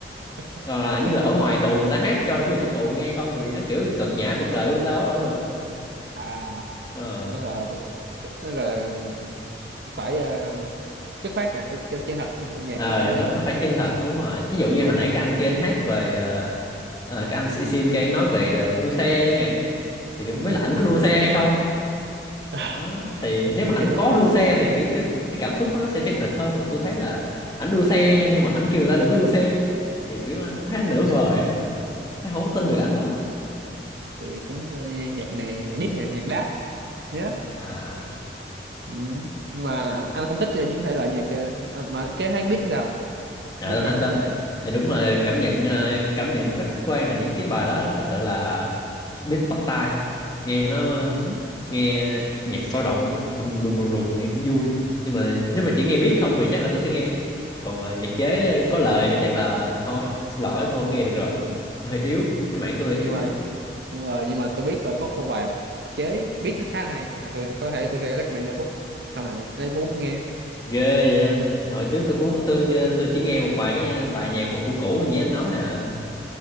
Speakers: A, on the right; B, on the left.
A: <laughs>
B: rồi là những người ở ngoài tù người ta hát cho những người trong tù nghe không thì nó kiểu cợt nhã cuộc đời của người ta quá đâu có được
A: à
B: Ờ
A: nó là nó là phải ờ, chất phát à, chân chân thật nhạc
B: ờ
A: nó phải
B: nó
A: ờ,
B: nó phải chân thật đúng rồi ví dụ như hồi
A: ừ,
B: nãy cái anh kia anh hát về ờ, ờ, cái anh xin xin cái nói về ờ, đua xe chẳng hạn thì tôi
A: ừ.
B: không biết là ảnh có đua xe hay không
A: <laughs>
B: đó thì nếu mà ảnh
A: thì
B: có đua xe thì kiểu cái cái cảm xúc nó sẽ chân thật hơn còn tôi thấy là ảnh đua xe nhưng mà ảnh kêu người ta đừng đua xe thì kiểu anh thấy anh nửa vời thấy không có tin được ảnh đó
A: thì cũng ờ, nhạc này nhạc diss nhạc nhạc đáp nhớ
B: à, à.
A: ừ. nhưng mà anh không thích những thể loại nhạc ờ, à, mà cái hay biết sao
B: Dạ,
A: biết nhạc nó
B: ta-
A: như nào
B: thì đúng là cảm nhận ờ, cảm nhận một cách khách quan là những cái bài đó thực sự là beat bắt tai nghe nó
A: ừ.
B: nghe nhạc sôi động với- đùng đùng đùng đùng nghe cũng vui nhưng mà nếu mà chỉ nghe beat không thì chắc là tôi sẽ nghe còn ờ, nhạc chế ờ, có lời thì chắc là thôi xin lỗi tôi không nghe được rồi
A: <laughs>
B: tôi hơi yếu cái mảng tôi hơi yếu
A: nhưng mà
B: à
A: đúng rồi nhưng mà tôi biết là có một bài nhạc chế beat nó khá là hay Là tôi có thể tôi sẽ recommend cho Phúc sau này lấy Phúc nghe
B: ghê vậy hồi trước tôi cũng tôi ờ, tôi chỉ nghe một vài cái ờ, bài nhạc mà cũ cũ như anh nói thôi à